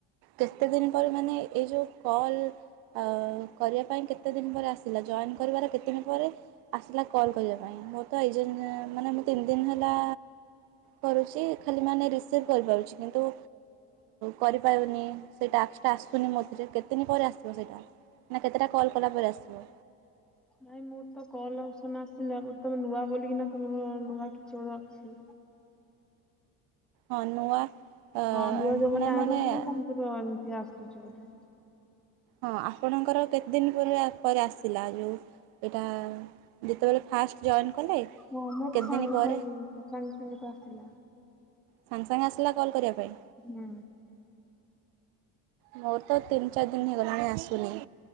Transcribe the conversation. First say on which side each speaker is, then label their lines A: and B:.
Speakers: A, on the right; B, in the centre.
A: କେତେ ଦିନ ପରେ ମାନେ ଏଇ ଯୋଉ କଲ୍ ଆଉ କରିବା ପାଇଁ କେତେ ଦିନ ପରେ ଆସିଲା ଜଏନ୍ କରିବାର କେତେ ଦିନ ପରେ ଆସିଲା କଲ୍ କରିବା ପାଇଁ ମୋର ତ ଏ ଯାଏଁ ମାନେ ମୁଁ ତିନି ଦିନ ହେଲା କରୁଚି ଖାଲି ମାନେ ରିସିଭ୍ କରିପାରୁଚି କିନ୍ତୁ କରିପାରୁନି ସେ ଟାକ୍ସଟା ଆସୁନି ମୋ ଥିରେ କେତେ ଦିନ ପରେ ଆସିବ ସେଇଟା? ନା କେତେଟା କଲ୍ କଲା ପରେ ଆସିବ?
B: ନାଇଁ ମୋର ତ କଲ୍ ଅପସନ୍ ଆସିଲା ବୋଧେ ତମେ ନୂଆ ବୋଲିକିନା ତମର ନୂଆ କିଛି ବୋଧେ ଅଛି।
A: ହଁ ନୂଆ ଅ
B: ହଁ ନୂଆ ଯୋଉମାନେ
A: ନାଇଁ
B: ଆଡ୍
A: ମାନେ
B: ହୋଉଚନ୍ତି ତାଙ୍କର ଏମିତି ଆସୁଚି ବୋଧେ।
A: ହଁ ଆପଣଙ୍କର କେତେ ଦିନ ପରେ ପରେ ଆସିଲା ଯୋଉ ଏଇଟା ଯେତେବେଳେ ଫାଷ୍ଟ ଜଏନ୍ କଲେ?
B: ହଁ ମୋର
A: କେତେ
B: ତ ସାଙ୍ଗେ
A: ଦିନ ପରେ
B: ସାଙ୍ଗେ ସାଙ୍ଗେ ସାଙ୍ଗେ ତ ଆସିଲା।
A: ସାଙ୍ଗେ ସାଙ୍ଗେ ଆସିଲା କଲ୍ କରିବା ପାଇଁ?
B: ହୁଁ।
A: ମୋର ତ ତିନି ଚାରି ଦିନ ହେଇଗଲାଣି ଆସୁନି।